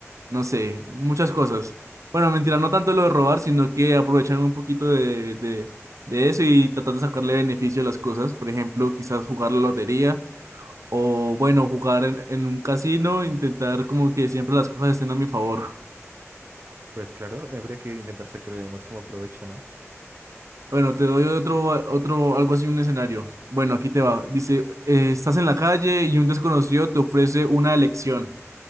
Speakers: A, on the right; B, on the right.
A: no sé, muchas cosas. Bueno, mentira, no tanto lo de robar, sino que aprovecharme un poquito de, de, de eso y tratar de sacarle beneficio a las cosas. Por ejemplo, quizás jugar la lotería o, bueno, jugar en, en un casino, intentar como que siempre las cosas estén a mi favor.
B: Pues claro, habría que intentar sacarle el máximo provecho, ¿no?
A: Bueno, te doy otro, otro, algo así, un escenario. Bueno, aquí te va. Dice, eh, estás en la calle y un desconocido te ofrece una elección.